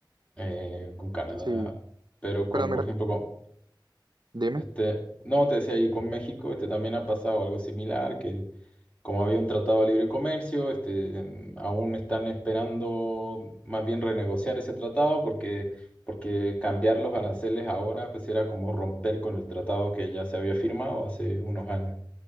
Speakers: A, on the left; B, on the right.
A: eh, con Canadá,
B: Sí,
A: pero con,
B: pero mira,
A: por ejemplo, con,
B: dime.
A: este, no, te decía, y con México este, también ha pasado algo similar, que como había un tratado de libre comercio, este, em, aún están esperando más bien renegociar ese tratado porque, porque cambiar los aranceles ahora pues era como romper con el tratado que ya se había firmado hace unos años.